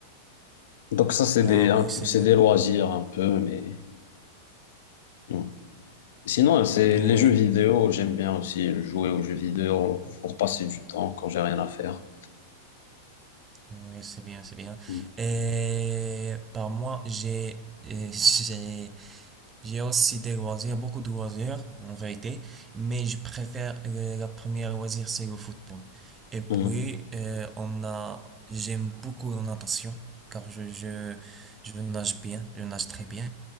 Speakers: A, on the left (about 70°); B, on the right (about 20°).
A: Donc ça, c'est
B: Ah
A: des, un-
B: oui, c'est
A: c'est
B: bien.
A: des loisirs un peu, mais. mhm. Sinon, c'est
B: Oui,
A: les jeux vidéo, j'aime bien aussi jouer aux jeux vidéo pour passer du temps quand j'ai rien à faire.
B: oui, c'est bien, c'est bien.
A: Mm.
B: Et par moi, j'ai, euh, <laughs> j'ai J'ai aussi des loisirs, beaucoup de loisirs en vérité, mais je préfère euh, la première loisir, c'est le football. Et puis,
A: Mm.
B: euh, on a, j'aime beaucoup la natation, car je, je, je nage bien, je nage très bien.